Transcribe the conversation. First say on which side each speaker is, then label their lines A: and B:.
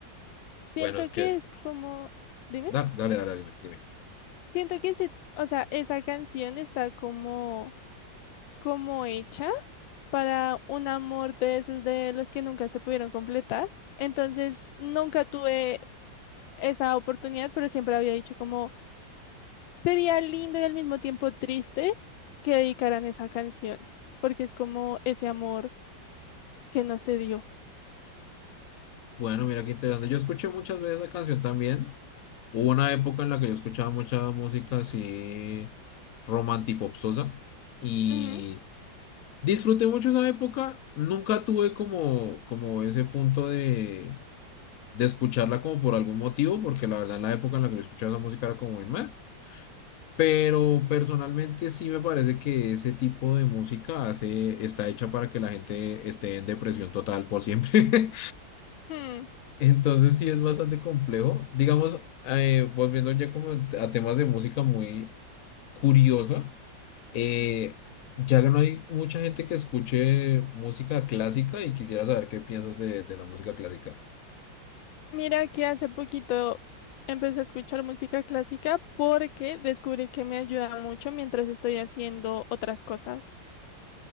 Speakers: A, on the left (about 80°); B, on the left (about 65°).
A: Siento
B: Bueno, es que,
A: que es como. Dime.
B: da- dale, dale, dime, dime.
A: Siento que se. O sea, esa canción está como. como hecha para un amor de esos de los que nunca se pudieron completar. Entonces, nunca tuve esa oportunidad, pero siempre había dicho como sería lindo y al mismo tiempo triste que dedicaran esa canción, porque es como ese amor que no se dio.
B: Bueno, mira qué interesante. Yo escuché muchas veces la canción también. Hubo una época en la que yo escuchaba mucha música así romantipopsosa y...
A: Ujú.
B: Disfruté mucho esa época, nunca tuve como, como ese punto de, de escucharla como por algún motivo, porque la verdad la época en la que yo escuchaba esa música era como muy meh. Pero personalmente sí me parece que ese tipo de música hace, está hecha para que la gente esté en depresión total por siempre.
A: Hmm.
B: <laughs> Entonces sí es bastante complejo. Digamos, eh, volviendo ya como a temas de música muy curiosa. Eh, ya no hay mucha gente que escuche música clásica y quisiera saber qué piensas de, de la música clásica.
A: Mira que hace poquito empecé a escuchar música clásica porque descubrí que me ayuda mucho mientras estoy haciendo otras cosas.